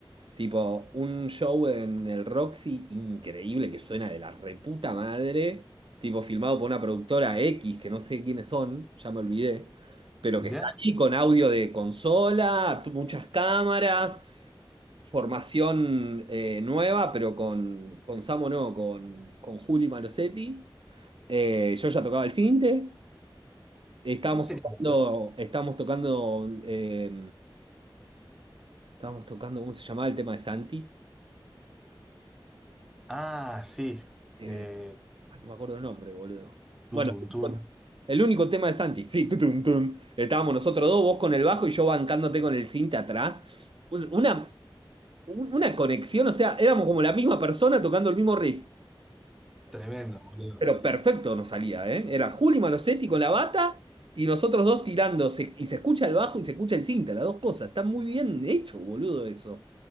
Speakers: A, on the right; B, in the centre.
A: Tipo, un show en el Roxy increíble que suena de la reputa madre, tipo filmado por una productora X, que no sé quiénes son, ya me olvidé, pero
B: Mirá,
A: que está ahí con audio de consola, tu- muchas cámaras. formación eh, nueva, pero con, con Samo no, con, con Juli Malosetti. Eh, yo ya tocaba el cinte. Estábamos
B: ¿qué sería?
A: tocando, estábamos tocando, eh, estábamos tocando, ¿cómo se llamaba el tema de Santi?
B: Ah, sí.
A: Eh,
B: Eh,
A: no me acuerdo el nombre, boludo. Bueno,
B: tutum, tum.
A: el único tema de Santi, sí, tutun, tun. Estábamos nosotros dos, vos con el bajo y yo bancándote con el cinte atrás. Una, un- una conexión, o sea, éramos como la misma persona tocando el mismo riff.
B: Tremendo, boludo.
A: Pero perfecto nos salía, ¿eh? Era Juli Malosetti con la bata y nosotros dos tirando. se- y se escucha el bajo y se escucha el cinta, las dos cosas. Está muy bien hecho, boludo, eso.